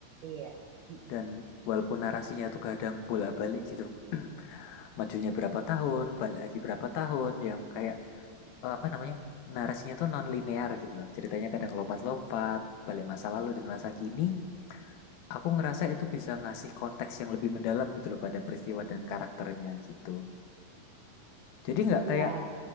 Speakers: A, on the right; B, on the left.
A: iya. Mm-mm.
B: Dan walaupun narasinya tuh kadang bolak-balik gitu, <clears throat> majunya berapa tahun, balik lagi berapa tahun, yang kayak eh, apa namanya narasinya tuh non linear gitu loh. Ceritanya kadang lompat-lompat, balik masa lalu dan masa kini. Aku ngerasa itu bisa ngasih konteks yang lebih mendalam gitu loh pada peristiwa dan karakternya gitu. Jadi nggak
A: Ya,
B: kayak